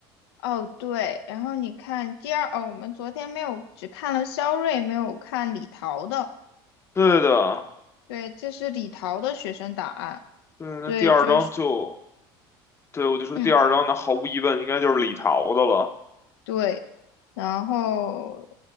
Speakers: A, on the left (about 80°); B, on the left (about 20°).
A: 哦，对，然后你看第二，哦，我们昨天没有，只看了肖瑞，没有看李桃的。
B: 对的，
A: 对，这是李桃的学生档案。
B: 对，那第二章就，
A: 对，就是，
B: 对，我就说第二章那毫无疑问应该就是李桃的了。
A: 嗯，对，然后